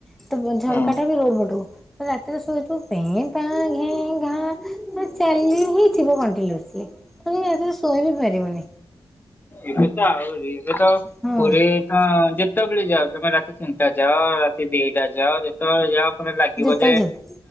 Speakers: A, in the centre; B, on the left.
A: ତ ଝରକାଟା
B: ହୁଁ
A: ବି ରୋଡ ପଟୁ ତ ରାତିରେ ଶୋଇଥିବୁ ପେଁ ପାଁ ଘେଁ ଘାଁ ଚାଲିହିଥିବ କଣ୍ଟିନିଓସଲି। ତେ ଏଥିରେ ଶୋଇ ବି ପାରିବନି।
B: ଏବେ ତ ଆହୁରି ଏବେ ତ
A: ହଁ।
B: ପୁରୀ ତ ହଁ ଯେତେବେଳେ ଯାଅ ତମେ ରାତି ତିନିଟା ଯାଅ ରାତି ଦିଟା ଯାଅ ଯାଅ ଯେତେବେଳେ ଯା ଲାଗିବ
A: ଯେତେବେଳେ
B: ଯେ
A: ଯିବେ